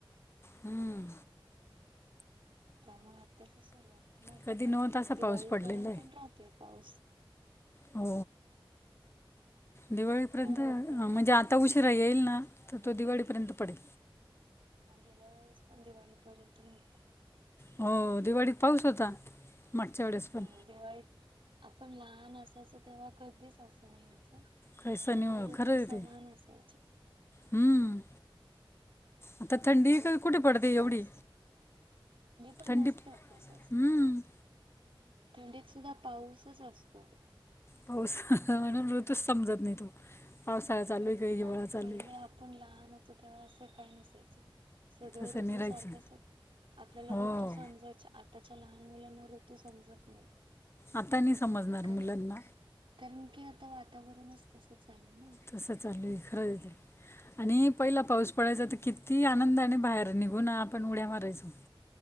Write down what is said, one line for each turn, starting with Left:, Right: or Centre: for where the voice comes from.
Left: हम्म,
Right: त्यामुळे आताशी सुरुवात, मग आता
Left: कधी
Right: काय,
Left: नव्वत असा
Right: दिवाळीपर्यंत
Left: पाऊस पडलेला
Right: राहतोय पाऊस.
Left: हा
Right: दिवाळी
Left: दिवाळीपर्यंत
Right: काय होत
Left: ये
Right: नाही
Left: हा म्हणजे
Right: चांगली.
Left: आता उशीरा - उशीरा येईलना तर तो दिवाळीपर्यंत पडेल.
Right: गेल्या वेळेस पण दिवाळी पर्यंत नवता.
Left: हो, दिवाळीत पाऊस होता, मागच्या वेळेस पण.
Right: हो दिवाळीत आपण लहान असायचो तेव्हा कधीच असं नाही व्हायचं.
Left: काय सनी
Right: सगळे ऋतू
Left: खरं आहे
Right: समान
Left: ते
Right: असायचे.
Left: हं. आता थंडी
Right: दिवाळीत
Left: तरी कुठे
Right: कधीच
Left: पडते
Right: पाऊस
Left: एवढी.
Right: पण
Left: थंडी
Right: नसते
Left: हम्म.
Right: आता जास्त. थंडीत सुद्धा पाऊसच असतो.
Left: पाऊस म्हणून ऋतूच समजत नाहीत पावसाळा चालू
Right: तेच
Left: ये का हिवाळा
Right: ना
Left: चालू
Right: पहिले
Left: ये.
Right: आपण लहान होतो तेव्हा असं काही नसायचं. सगळे
Left: तसं
Right: ऋतू
Left: नाही राहायचं
Right: सारखे आसतात, आपल्याला
Left: हो
Right: ऋतू समजायचे, आताच्या लहान मुलांनाऽ आता ऋतू समजत नाही,
Left: आता नाही समजणार
Right: खरं.
Left: मुलांना
Right: कारण की आता वातावरणच तसं चालंलय ना.
Left: कसं चालले खरंये
Right: ना.
Left: आणि पहिला पाऊस पडायचा तर किती आनंदाने बाहेर निघून ना आपण उड्या मारायचो.